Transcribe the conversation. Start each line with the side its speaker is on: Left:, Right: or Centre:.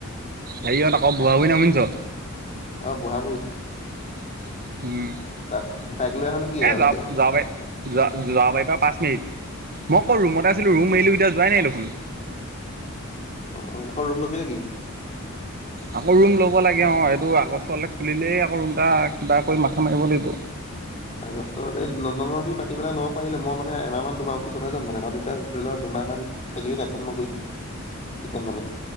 Right: হেৰিয়হত আকৌ বোৱা বুহি শুনিছ?
Left: অ বু়ৱা বুহীত।
Right: উম এ <unintelligible> ঝা ঝাওবাৰীৰ
Left: তাত
Right: পাৰিবা
Left: বাইক লৈ আহা
Right: পাঁচ
Left: নেকি আৰু
Right: মিনিট।
Left: এতিয়া
Right: মই অকৌ ৰুমতে আছিলোঁ ৰুম এৰিলোঁ এতিয়া যোৱাই নাই দেখোন।
Left: অ আকৌ ৰুম ল'বি নেকি?
Right: আকৌ ৰুম ল'ব লাগে অ, এইটো অগষ্টত খুলিলেই আকৌ ৰুম এটা কিবা কৰি মাথা মাৰিব লাগিব।
Left: আগষ্ট এই নন্দনৰ দি পাতি পাই ল'ব পাৰিলো মই মানে এমাহমান-দুমাহ মান পিছতহে যাম মানে তহঁতি তেতিয়া দুমাহমান থাকিলি <unintelligible> মানে